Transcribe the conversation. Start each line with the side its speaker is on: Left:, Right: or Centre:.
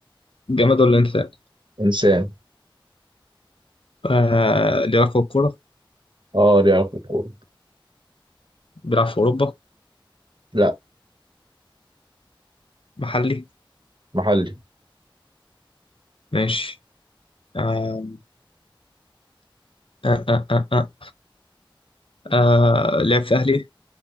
Left: جماد ولا انسان
Right: إنسان
Left: آه ليه علاقه بالكوره
Right: اه لعب في الكورة
Left: بيلعب في اوروبا
Right: لا
Left: محلي
Right: محلي
Left: ماشي آه آه آه آه آه. آه لعب في اهلي